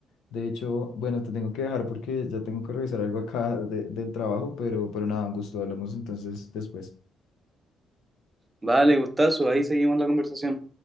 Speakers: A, on the left (about 80°); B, on the right (about 20°).
A: De hecho, bueno, te tengo que dejar porque ya tengo que revisar algo acá de- del trabajo, pero, pero nada, un gusto, hablamos entonces después.
B: Vale, gustazo, ahí seguimos la conversación.